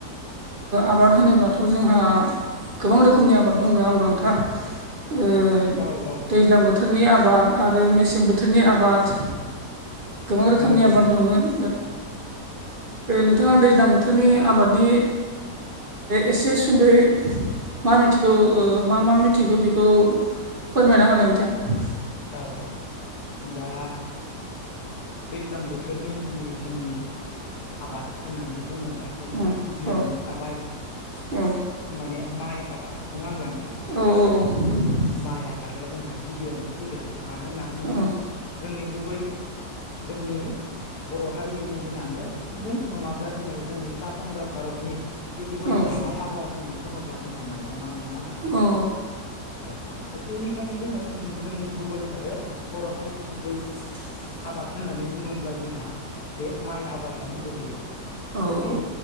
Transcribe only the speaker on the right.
आबाद होनोब्लाथ' जोंहा गोबां रोखोमनि आबाद दं नङा होमबा नोंथां थां ओ
दैज्लां बोथोरनि आबाद आरो मेसें बोथोरनि आबाद गोबां रोखोमनि
आबाद दङ।
नोंथाङा दैज्लां बोथोरनि आबादनि। एसे सुद'यै मा मिथिगौ मा मा मिथिगौ बेखौ। फोरमायना होलाय नोंथां
औ
औ
औ
औ औ औ
औ
औ
औ
<inaudible>
औ औ